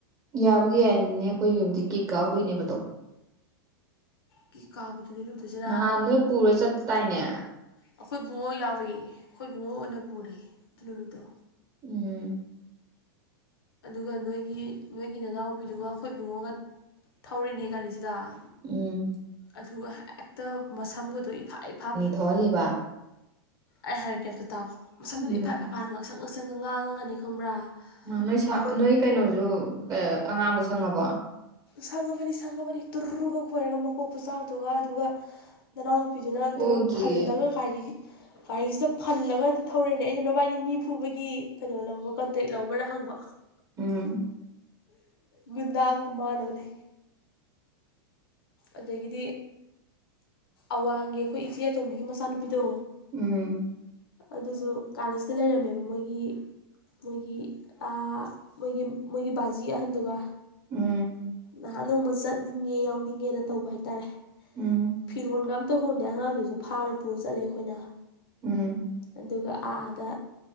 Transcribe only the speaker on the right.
ꯌꯥꯕꯨꯗꯤ ꯌꯥꯔꯤꯅꯦ ꯑꯩꯈꯣꯏꯒꯤ ꯍꯧꯖꯤꯛ ꯀꯤꯛ ꯀꯥꯎꯗꯣꯏꯅꯦꯕꯗꯣ
ꯅꯍꯥꯟ ꯅꯣꯏ ꯄꯨꯔ ꯆꯠꯄ ꯇꯥꯏꯅꯦ
ꯎꯝ
ꯎꯝ
ꯊꯣꯛꯍꯜꯂꯤꯕ
ꯎꯝ
ꯅꯣꯏ ꯁꯥ
ꯅꯣꯏ ꯀꯩꯅꯣꯁꯨ ꯑꯉꯥꯡꯕ ꯁꯪꯉꯕꯣ
ꯎꯗ꯭ꯔꯤꯌꯦ
ꯎꯝ
ꯎꯝ
ꯎꯝ
ꯎꯝ
ꯎꯝ